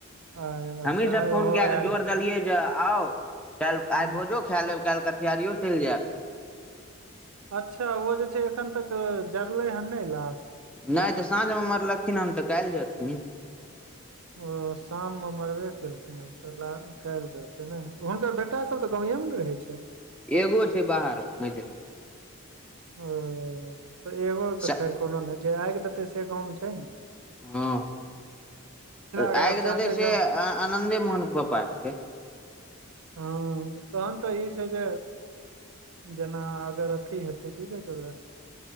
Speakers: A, on the right (about 75°); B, in the centre.
A: आ अच्छा
B: हमहीँ सब
A: आइ
B: फोन
A: ओहो
B: कए
A: आयल
B: कऽ जोर
A: हेतै
B: देलियै जे आउ काल्ह
A: हूँ
B: आइ भोजो खा लेब काल्ह कठिहारियो चइल जायब
A: अच्छा ओ जे छै एखन तक जरले हन नय लाश
B: नय तऽ साँझमे मरलखिन हन तऽ काल्ह जर्थिन न
A: ओ शाममे मरबे केलखिन हन तऽ काल्ह जरते ने हुनकर बेटा सभ तऽ गाँवेमे न रहै छै
B: एगो छै बाहर में मंझिला
A: ओ तऽ एगो तऽ
B: स-
A: खैर कोनो नय जे आइग देतै से गाँवमे छै न
B: हँ
A: अगर
B: आइग
A: आब चाहते
B: देतै से
A: ज
B: आनन्दे मोहनके पप्पा छिए
A: हँ तहन तऽ ई छै जे जेना अगर अथी हेतै त कि कहै छै ओकरा